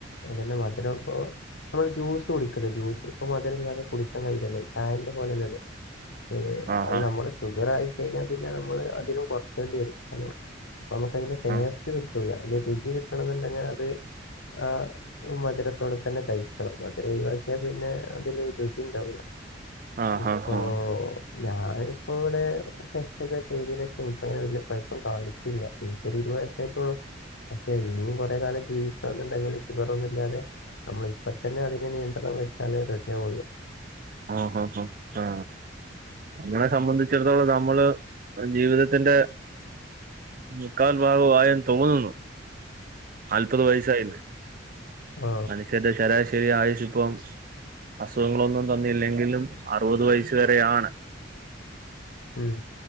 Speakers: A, on the left; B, on the right.
A: അതന്നെ മധുരം പ്പോ അമ്മള് ജ്യൂസ് കുടിക്ക്ല്ലെ ജ്യൂസ് ഇപ്പൊ മധുരംല്ലാതെ കുടിക്കാൻ കഴില്ലല്ലോ ചായന്റെ പോലല്ലല്ലോ. ഹ്
B: ആഹാ
A: അത് നമ്മള് ഷുഗറായി കയ്ഞ്ഞാ പിന്നെ നമ്മള് അതിലും കൊർക്കെണ്ടിയരും കാരണം ഇപ്പം നമുക്കയ്ന്റെ ടേസ്റ്റ്
B: ആഹ്
A: കിട്ട് ട്ടൂല അയ്ന്റെ രുജി കിട്ടണംന്നുണ്ടെങ്കി അത് ആഹ്. ഈ മധുരത്തോടെ തന്നെ കയിക്കണം മധുരം ഒയ് വാക്കിയാ പിന്നെ അതില് രുജി ണ്ടാവൂല.
B: ആഹ്
A: ഇപ്പൊ
B: ആഹ് ആഹ്
A: ഞാനിപ്പോ വ്ടെ കഷ്ട്ടപ്പെട്ട് എയ്തിനേഷം ഇൻക്കങ്ങനെ വല്യ കൊയ്പ്പം കാണിക്കില്ല. ഇൻക്കൊരു ഇരുവത് വയസ്സായിട്ടുള്ളു പക്ഷേ ഇനിയും കൊറേ കാലം ജീവി ക്കണന്ന്ണ്ടെങ്കില് ഷുഗറൊന്നുല്ലാതെ നമ്മൾ ഇപ്പ തന്നെ അതിനെ നിയന്ത്രണം വെച്ചാല് റെഡിയാവുള്ളൂ.
B: ആ ഉം ഉം ആ ഇങ്ങളെ സംബന്ധിച്ചിടത്തോളം നമ്മള് പ്പം ജീവിതത്തിന്റെ മുക്കാൽ ഭാഗു ആയെന്ന് തോന്നുന്നു. നാല്പത് വയസ്സായില്ലെ
A: ആ
B: മനുഷ്യന്റെ ശരാശരി ആയുസിപ്പം അസുഖങ്ങളൊന്നും തന്നില്ലെങ്കിലും അറുപത് വയസ് വരെയാണ്.
A: ഉം.